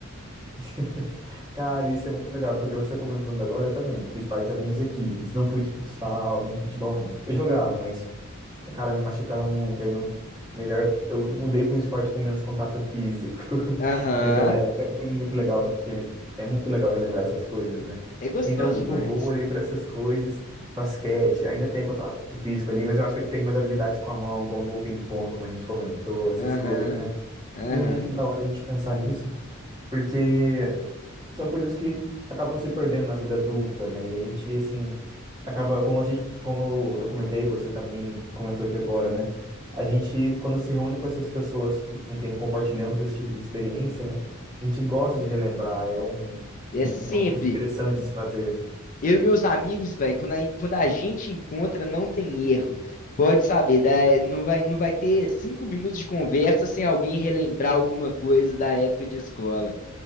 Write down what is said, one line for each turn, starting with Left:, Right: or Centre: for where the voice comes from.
Right: <laughs> Cara, isso é muito legal, porque você comentando agora, eu também fiz parte de algumas equipes. Não fui de futsal, nem de futebol, não. Eu jogava, mas Cara, me machucava muito, aí não... Melhor, eu mudei para um esporte com menos contato físico <laughs>
Left: Aham.
Right: naquela época. Foi muito legal, re- é muito legal relembrar essas coisas, né?
Left: É gostoso
Right: Então eu fui
Left: demais.
Right: pro vôlei, para essas coisas, basquete, ainda tem contato físico ali, mas eu acho que eu tenho mais habilidades com a mão, como o ping-pong, como a gente comentou, essas
Left: Aham.
Right: coisas, né?
Left: Aham.
Right: E é muito da hora a gente pensar nisso, porque são coisas que acabam se perdendo na vida adulta, né? E a gente, assim, acaba, como a gente, como eu comentei, você também comentou aqui agora, né? A gente, quando se reúne com essas pessoas que, com quem compartilhamos esse tipo de experiência, né? A gente gosta de relembrar, é um,
Left: É
Right: um-
Left: sempre.
Right: uma coisa interessante de se fazer.
Left: Eu e meus amigos, velho, quando a, quando a gente encontra, não tem erro. Pode saber, dá- não vai, não vai ter cinco minutos de conversa sem alguém relembrar alguma coisa da época de escola.